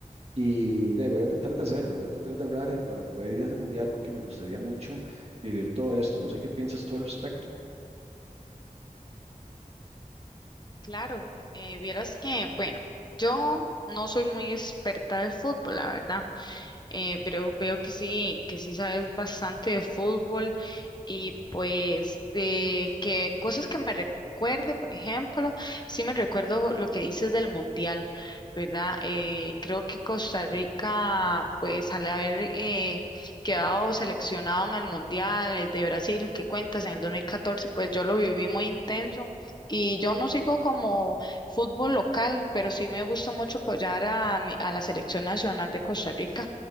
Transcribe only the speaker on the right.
y de ahí voy a tratar de hacerlo, voy a tratar de hablar para poder ir a ese mundial porque me gustaría mucho vivir todo esto. No sé qué piensas tú al respecto.